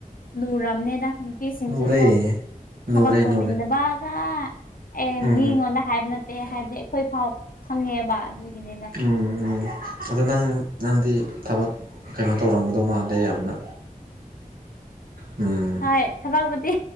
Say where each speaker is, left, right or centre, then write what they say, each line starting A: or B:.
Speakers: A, on the left; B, on the right.
A: ꯂꯨꯔꯝꯅꯤꯗ ꯄꯤꯁꯤꯡꯖꯨꯀꯣ
B: ꯂꯨꯔꯦ ꯂꯨꯔꯦ
A: ꯊꯕꯛ ꯇꯧꯅꯤꯡꯗꯕꯒ
B: ꯂꯨꯔꯦ
A: ꯑꯦ
B: ꯎꯝ
A: ꯃꯤꯉꯣꯟꯗ ꯍꯥꯏꯕꯅ <unintelligible> ꯍꯥꯏꯞꯗꯤ ꯑꯩꯈꯣꯏ ꯐꯥꯎ ꯈꯪꯉꯦꯕ ꯑꯗꯨꯒꯤꯅꯤꯗ
B: ꯎꯝ ꯎꯝ ꯑꯗꯣ ꯅꯪ ꯅꯪꯗꯤ ꯊꯕꯛ ꯀꯩꯅꯣ ꯇꯧꯔꯝꯒꯗꯧ ꯃꯥꯟꯗꯦ ꯌꯥꯝꯅ ꯎꯝ
A: ꯍꯣꯏ ꯊꯕꯛꯄꯨꯗꯤ